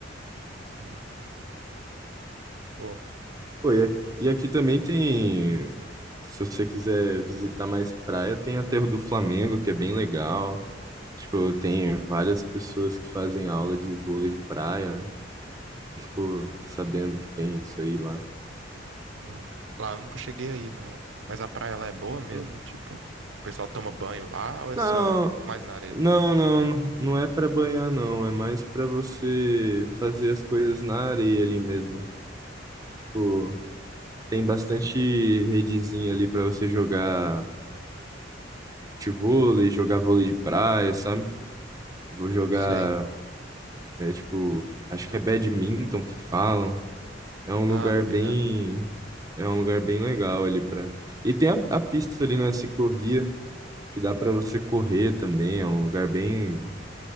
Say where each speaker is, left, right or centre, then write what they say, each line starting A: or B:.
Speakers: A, on the right; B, on the right.
A: Sim. Pô,
B: Pô, e, a- e aqui também tem. Se você quiser visitar mais praia, tem Aterro do Flamengo, que é bem legal. Tipo, tem várias pessoas que fazem aula de vôlei de praia, né? Ficou sabendo que tem isso aí lá.
A: ah, lá eu nunca cheguei aí, não. Mas a praia lá é boa mesmo?
B: Não,
A: Tipo, o pessoal toma banho lá ou é
B: não,
A: só mais na areia?
B: não, não, não é pra banhar, não. É mais pra você fazer as coisas na areia ali mesmo. Tipo, tem bastante redezinha ali pra você jogar vôlei, jogar vôlei de praia, sabe? Vou jogar,
A: Não sei.
B: é tipo, acho que é badminton que falam. É um lugar
A: Ah, tá
B: bem,
A: ligado.
B: é um lugar bem legal ali pra. E tem a, a pista ali na ciclovia que dá pra você correr também. É um lugar bem,